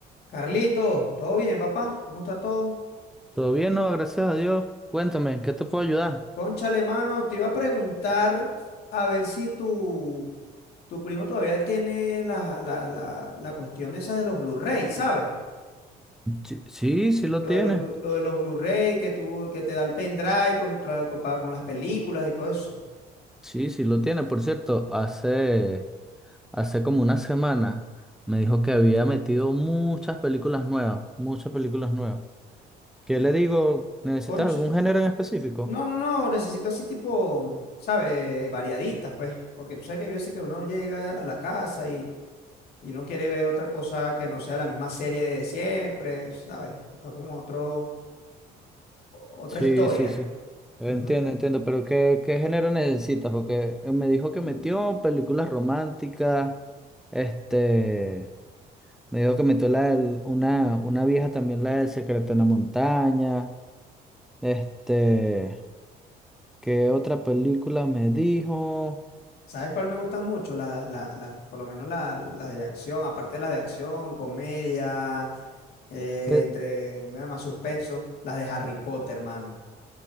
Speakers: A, on the left; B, in the centre.
A: Carlito, ¿todo bien, papá? ¿Cómo está todo?
B: Todo bien, no, gracias a Dios. Cuéntame, ¿en ¿qué te puedo ayudar?
A: Cónchale, mano, te iba a preguntar a ver si tu, tu primo todavía tiene la, la, la, la cuestión esa de los Blu-ray, ¿sabes?
B: Sí, sí, sí lo
A: Lo
B: tiene.
A: de los, Blu- lo de los Blu-ray que tú, que te da el pendrive contra, con, pa- con las películas y todo eso.
B: Sí, sí lo tiene. Por cierto, hace, hace como una semana me dijo que había metido muchas películas nuevas, muchas películas nuevas. ¿Qué le digo? ¿Necesitas
A: Concha,
B: algún género en específico?
A: no, no, no, necesito así tipo, ¿sabes? Variaditas, pues, porque tú sabes que hay veces que uno llega a la casa y Y uno quiere ver otra cosa que no sea la misma serie de siempre, ¿sabes? Buscar como otro, otra
B: Sí,
A: historia.
B: sí, sí. Entiendo,
A: Ujú.
B: entiendo, pero ¿qué, qué género necesitas? Porque me dijo que
A: Mm,
B: metió películas románticas, este... Me dijo que metió la del- una, una vieja también, la del Secreto en la Montaña. Este, ¿qué otra película me dijo?
A: ¿Sabes cuál me gusta mucho? La, la- la- por lo menos la, la de acción, aparte de la de acción, comedia, eh,
B: De-
A: entre nada más suspenso, la de Harry Potter, hermano.